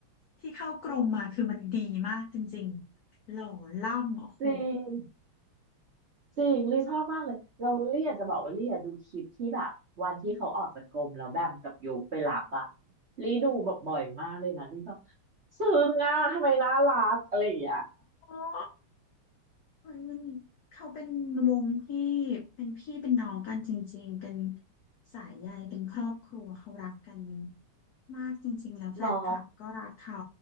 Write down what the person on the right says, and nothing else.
จริง จริงลี่ชอบมากเลยเราลี่อยากจะบอกว่าลี่อะดูคลิปที่แบบวันที่เขาออกจากกรมแล้วแบมกับโยกไปรับอะลี่ดูแบบบ่อยมากเลยนะลี่แบบซึ้งอะทำไมน่ารักอะไรอย่างเงี้ย
เนาะ